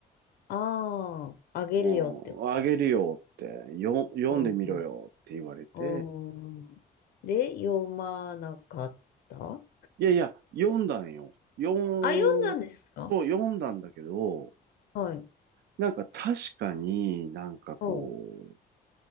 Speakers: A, on the left; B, on the right.
A: ああ、あげるよってことです。
B: うん、あげるよって、よ、読んでみろよって言われて、
A: うん。うん。で、読まなかった
B: いやいや、読んだんよ。読ん、
A: あ、読んだんですか
B: そう、読んだんだけど、
A: はい。
B: なんか確かになんかこう、
A: うん。